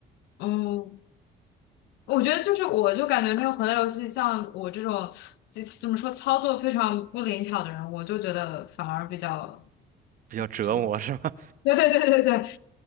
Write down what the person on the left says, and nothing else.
嗯，我觉得就是，我就感觉那个魂类游戏，像我这种怎怎么说操作非常不灵巧的人，我就觉得反而比较
就是
<laughs>，对对对对对，